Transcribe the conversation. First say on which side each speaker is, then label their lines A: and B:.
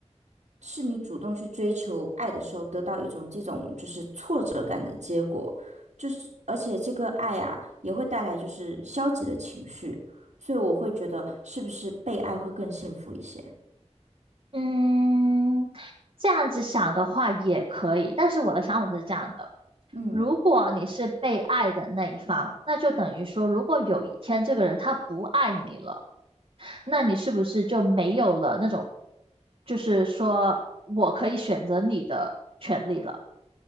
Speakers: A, on the right (about 85°); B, on the right (about 55°).
A: 是你主动去追求爱的时候，得到一种这种就是挫折感的结果，就是而且这个爱啊，也会带来就是消极的情绪，所以我会觉得是不是被爱会更幸福一些？
B: 嗯，这样子想的话也可以，但是我的想法是这样的：
A: 嗯，
B: 如果你是被爱的那一方，那就等于说，如果有一天这个人他不爱你了，那你是不是就没有了那种，就是说我可以选择你的权利了？